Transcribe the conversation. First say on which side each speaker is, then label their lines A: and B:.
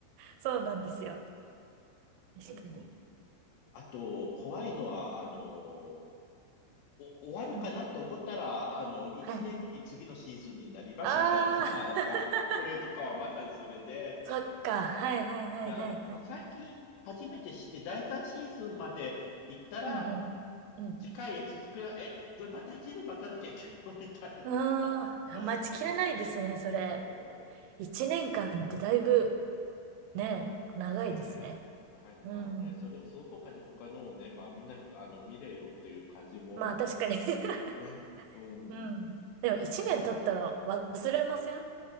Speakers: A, on the right; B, on the left.
A: そうなんですよ。確かに。
B: うん。あと、怖いのは、あの、お、終わるかなと思ったら、
A: うん。
B: あの、一年後に次のシーズンになりますみたいなパターンが、
A: はい。あー、<laughs>
B: <laughs> これとかはまさにそれで、
A: そっか。はいはいはいはいはい。
B: いや、最近初めて知って、第3シーズンまで行ったら、
A: うんうん。う
B: 次回へ続くよ。え、じゃあまた一年待たなきゃいけないのみたいな。
A: ん。ああ待ちきれないですね、
B: <laughs> で、うんそうそうそ
A: それ。一年間ってだいぶねえ、長いですね。
B: う。ねえ。長いと、まあね、
A: うん。
B: それをその他に他のをね、まあ見なきゃ、あの、見れよっていう感じも、
A: まあ確かに <laughs>
B: ね。うん。
A: うん。でも一年経ったら忘れません